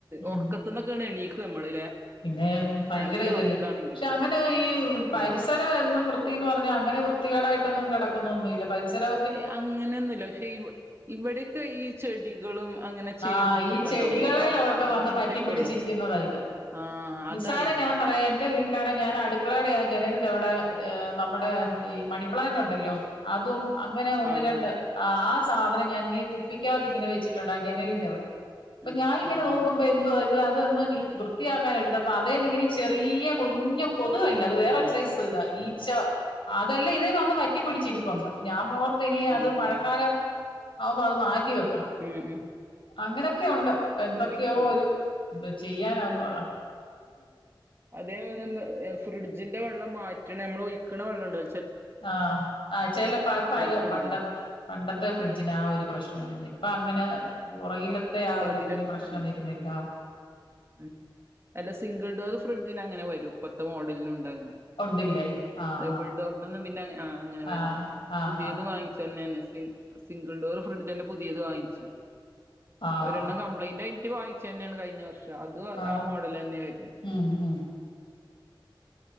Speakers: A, on the left; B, on the right.
A: ഉം
B: ഒർക്കത്ത്ന്നൊക്കെയണ് എണീക്കും നമ്മള്ല്ലേ?
A: പിന്നെ ഭയങ്കര
B: നല്ല
A: ഇതല്ലേ
B: ഉറക്കാണെങ്കിലും
A: പക്ഷെ അങ്ങനെ ഈ പരിസ
B: ഉം
A: ഏഹ് എന്നും വൃത്തിന്ന് പർഞ്ഞാ അങ്ങനെ വൃത്തികേടായിട്ടൊന്നും കെടക്കുന്നൊന്നുല്ല്യ. പരിസരോ?
B: ഏഹ് അങ്ങനെന്നുല്ല പക്ഷെ ഇവ് ഇവിടെക്കെ ഈ ചെടികളും അങ്ങനെ ചേമ്പും
A: ആഹ് ഈ
B: ഒക്കെ
A: ചെടികളേലൊക്കെ
B: ഉണ്ടാവൂലേ ഈ കാട്ട്
A: വന്ന്
B: അങ്ങനത്തെക്കെ
A: പറ്റിപ്പിടിച്ചിരിക്കുന്നതാ
B: ഉള്ളു
A: ഇത്.
B: ആഹ്
A: പിസാര
B: അതായിരിക്കും
A: ഞാൻ പറയാൻ എന്റെ വീട്ടിലാണെ ഞാൻ അടുക്കളേടെ ആഹ് ജനലിന്റെ അവിടെ നമ്മുടെ ഈ മണിപ്ലാന്റ് ഉണ്ടല്ലോ. അതും അങ്ങനെ ഒന്ന്
B: ആഹ്
A: രണ്ട്
B: ആഹ്
A: ആഹ് സാധനം ഞാനിങ്ങനെ കുപ്പിക്കാകത്ത് ഇങ്ങനെ വെച്ചിട്ണ്ട് ആ ജനലിന്റെ അവിടെ. പ്പൊ
B: ഉം
A: ഞാനിങ്ങനെ
B: ഉം
A: നോക്കുമ്പോ
B: ഉം
A: എന്തോ <unintelligible> വൃത്തിയാക്കാനെട്ത്തപ്പൊ അതേന്ന ഇങ്ങനെ ചെറിയ്യ കുഞ്ഞ് കൊതുവല്ലഅത് വേറൊരു
B: ആഹ്
A: സൈസ് ഇതാ ഈ ച്ച അതെല്ലാം ഇതേ വന്ന് പറ്റി പിടിച്ചിരിപ്പുണ്ട് ഞാൻ ഓർത്തിനി
B: ആഹ്
A: അത് മഴക്കാലം
B: ആഹ്
A: ആവുമ്പോ അത് മാറ്റി വെക്കണം.
B: ഉം ഉം
A: അങ്ങനൊക്കെഉണ്ട് ഇപ്പ എന്തൊക്കെയോ
B: അങ്ങനെയൊക്കെണ്ട്
A: ഒരുത് ചെയ്യാനാന്ന് പറ.
B: അതേ പോലെന്നെ ഫ്രിഡ്ജിന്റെ വെള്ളം മാറ്റ്ണ് അമ്മളൊഴിക്ണ വെള്ളംണ്ടോ
A: ആഹ് ആ ചേലപ്പ അത് പഴേ
B: ഫ്രിഡ്ജിന്
A: പണ്ടത്തെ പണ്ടത്തെ ഫ്രിഡ്ജിനാ ആഹ് ഒരു പ്രശ്നം. ഇപ്പൊ അങ്ങനെ പുറകിലത്തെ
B: അപ്പൊ
A: ആഹ് ഒരു
B: അതിലൊക്കെ
A: വല്യ പ്രശ്നം
B: നല്ല
A: വരുന്നില്ല.
B: ഉം അല്ല സിംഗിൾ ഡോറ് ഫ്രിഡ്ജിന് അങ്ങനെ വരും ഇപ്പത്തെ മോഡലിനുംണ്ട് അങ്ങനെ.
A: ഉണ്ടില്ലേ ആഹ്
B: ഡബിൾ ഡോറിനൊന്നും പിന്നെ ആ അങ്ങനെ വര്ന്നി
A: ആഹ് ആഹ്
B: പുതിയത്
A: ആഹ്
B: വാങ്ങിച്ചു തന്നനസി സിംഗിൾ ഡോർ ഫ്രിഡ്ജന്നെ പുതിയത് വാങ്ങിച്.
A: ആഹ്
B: ഒരെണ്ണം കംപ്ലൈന്റയ്ട്ട് വാങ്ങിച്ചന്നെയാണ് കഴിഞ്ഞ വർഷം അതും
A: ആഹ്
B: ആ മോഡൽ തന്നെയ വരുന്നത്
A: ഉം ഉം